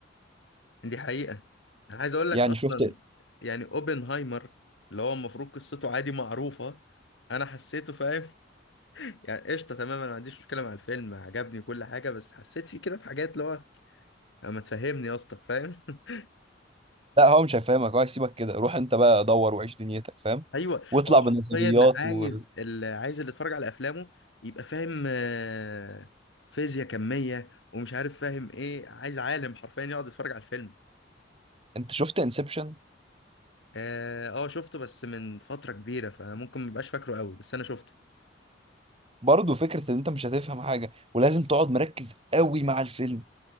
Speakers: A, on the left; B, on the right.
A: دي حقيقة انا عايز اقول لك
B: يعني
A: اصلا
B: شفت
A: يعني اوبنهايمر اللي هو المفروض قصته عادي معروفة انا حسيته فاهم <laughs> يعني قشطة تماما ما عنديش مشكلة مع الفيلم عجبني كل حاجة بس حسيت فيه كده بحاجات اللي هو ما تفهمني يا اسطى فاهم <laughs>
B: لا هو مش هيفهمك هو هيسيبك كده روح انت بقى دور وعيش دنيتك فاهم
A: ايوه
B: واطلع
A: هو
B: بنظريات
A: حرفيا عايز
B: وانت
A: اللي عايز اللي يتفرج على افلامه يبقى فاهم آه، فيزياء كمية ومش عارف فاهم ايه عايز عالم حرفيا يقعد يتفرج على الفيلم
B: شفت انسبشن
A: اه آه، شفته بس من فترة كبيرة فممكن مبقاش فاكره قوي بس انا شفته
B: برضه فكره ان انت مش هتفهم حاجه ولازم تقعد مركز قوي مع الفيلم